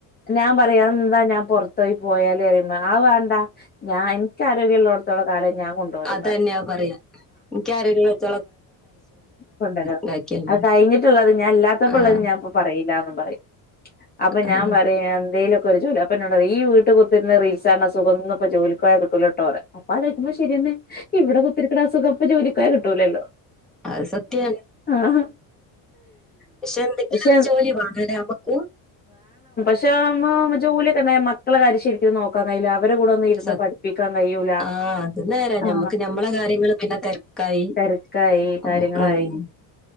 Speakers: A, on the left; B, in the centre.
A: ഞാൻ പറയ് എന്താ ഞാൻ പൊർ ത്തോയ് പോയാല് റിയുമ്പോ ആ വാണ്ട ഞാ ഇൻക്ക് ആരോഗ്യള്ളോട്ത്തോള കാലം ഞാൻ കൊണ്ടുവരും
B: അതെന്നെയാ
A: പറയും
B: പറയാ ഇൻക്കാരോഗ്യ ള്ളോ
A: കൊണ്ടരോ
B: ഇതാക്കിയാ മതി.
A: അത് കഴിഞ്ഞിട്ട്ള്ളത് ഞാനില്ലാത്തപ്പള്ളത്
B: ആ.
A: ഞാൻ പ്പ പറയില്ലാന്ന് <unintelligible> അപ്പൊ
B: ആഹ്
A: ഞാൻ പറയാ എന്തേലും <unintelligible> അപ്പൊ ന്നോടറിം ഈ വീട്ട കുത്തിര്ന്ന് റീൽസാണ് ണസുഖന്നും ഈ ജോലിക്കോയാ കിട്ടൂലട്ടോറിയിം അപ്പലോയ്ക്കുമ്പോ ശെരിയാണ്. ഹ് ഇവിടെ കുത്തിരിക്ക്ണ ആ സുഖം ഇപ്പ ജോലിക്കോയാ കിട്ടൂലല്ലോ.
B: അത് സത്യയാണ്.
A: ആഹ്
B: പക്ഷെ എന്തെങ്കിലൊരു
A: പക്ഷെ
B: ജോലി വേണല്ലേ നമക്ക്.
A: ട്ടിളാവുമ്പോ നമ്മ ജോലിയൊക്കെണ്ടായ മക്കളെ കാര്യം ശെരിക്കും നോക്കാൻ കഴിയൂല. അവരുടെ കൂടെന്നിരുന്ന്
B: സ
A: പഠിപ്പിക്കാൻ കഴിയൂല.
B: ആഹ് അത് നേരാ ഞമ്മക്ക്
A: ആ
B: ഞമ്മളെ കാര്യങ്ങള് പിന്നെ തെരക്കായി
A: തെരക്കായി കാര്യങ്ങളായി
B: ഉം